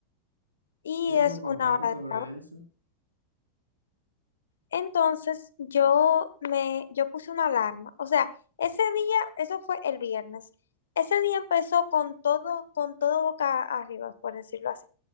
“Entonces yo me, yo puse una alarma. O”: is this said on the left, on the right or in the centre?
Left